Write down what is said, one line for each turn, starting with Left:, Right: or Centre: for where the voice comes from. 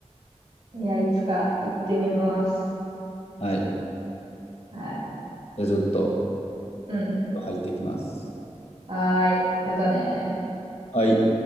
Right: いや、いつか行ってみます。
Left: はい。
Right: はい。
Left: じゃあちょっと、
Right: うん。
Left: 入っていきます。
Right: はーい。またね
Left: はい。